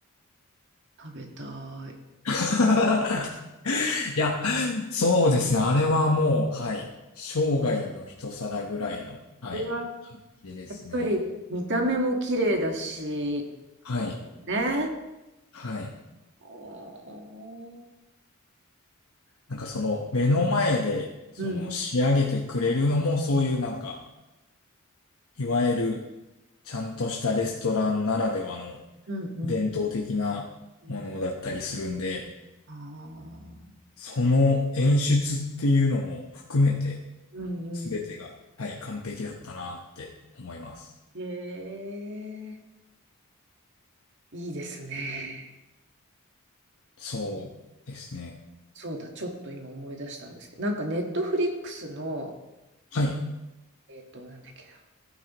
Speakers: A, on the right; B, on the left.
A: 食べたい。
B: <laughs> いや、そうですね。あれはもう、はい、生涯の一皿ぐらいの、はい、
A: これはやっ
B: 入れですね。
A: ぱり見た目も綺麗だし、
B: はい。
A: ですよね。
B: はい。
A: おー
B: なんかその目の前でその仕上げてくれるのもそういうなんか、
A: うん。
B: いわゆるちゃんとしたレストランならではの
A: うんうん
B: 伝統的なものだったりするんで、
A: うん。ああ、
B: その演出っていうのも含めて
A: うんうん。
B: 全てが、はい、完璧だったなって思います。
A: ええいいですね。
B: そうですね。
A: そうだ、ちょっと今思い出したんですけど、なんかネットフリックスの、
B: はい。
A: えっと、なんだっけな、